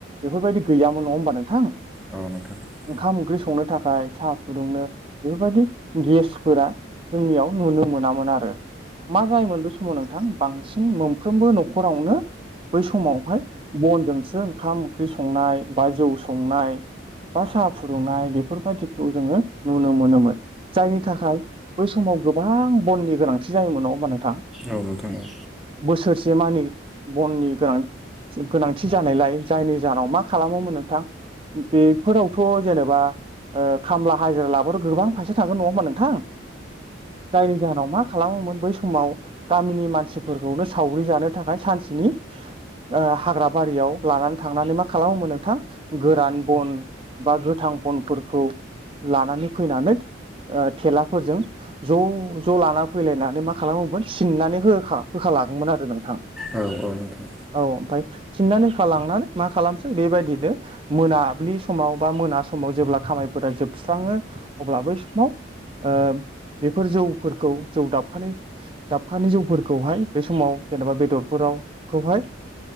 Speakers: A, on the right (about 25°); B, in the centre.
A: बेफोरबायदि गैयामोन नङा होमबा नोंथां
B: नोंथां औ नोंथां औ नोंथां औ नोंथां औ नोंथां औ नोंथां औ नोंथां औ नोंथां औ नोंथां औ नोंथां औ औ
A: ओंखाम ओंख्रि संनो था खाय साहा फुदुंनो बेफोरबायदि गेसफोरा जोंनियाव नुनो मोनामोन आरो मा जायोमोन बे समाव नोंथां बांसिन मोनफ्रोमबो न'खरावनो बै समावहाय बनजोंसो ओंखाम ओंख्रि संनाय बा जौ संनाय बा साहा फुदुंनाय बेफोर बायदिखौ जोङो नुनो मोनोमोन जायनि थाखाय बै समाव गोबां बननि गोनांथि जायो मोन नङा होमबा नोंथां?
B: औ नोंथां औ
A: बोसोरसे मानि बननि गोनां थि <unintelligible> गोनांथि जानायलाय जायनि जाहोनाव मा खालामोमोन नोंथां बेफोरावथ' जेनेबा ओ खामला हाजिरा लाबथ' गोबां फैसा थांगोन नङा होमबा नोंथां जायनि जाहोनाव मा खालामोमोन बै समाव गामिनि मानसिफोरखौनो सावरि जानो थाखाय सान सेनि ओ हाग्रा बारियाव लानानै थांनानै मा खालामोमोन नोंथां गोरान बन बा गोथां बन फोरखौ लानानै फैनानै ओ थेलाफोरजों ज' ज' लाना फैलायनानै मा खालामोमोन सिननानै होखा होखा लाङोमोन आरो नोंथां
B: औ औ नोंथां
A: औ ओमफाय सिननानै होखालांनानै मा खालामसै बेबायदिनो मोनाब्लि समाव बा मोना ना समाव जेब्ला खामायफोरा जोबस्राङो अब्ला बै समाव ओ बेफोर जौफोरखौ जौ दाबखानै दाबखानै जौफोरखौहाय बे समाव जेनेबा बेदरफो राव खौहाय